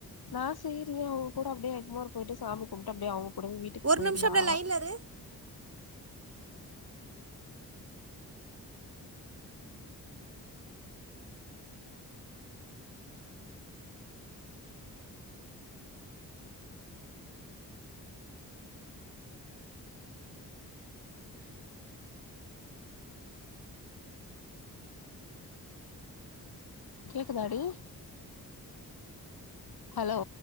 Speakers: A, on the left; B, on the right.
A: நா சேரி அவங் கூட அப்டியே எக்மோர் போயிட்டு சாமி கும்புட்டு அப்டியே அவங்க கூடயே வீட்டுக்கு
B: ஒரு
A: போயிர்லா
B: நிமிஷம் அப்டியே லைன்ல இரு
A: கேக்குதாடி ஹலோ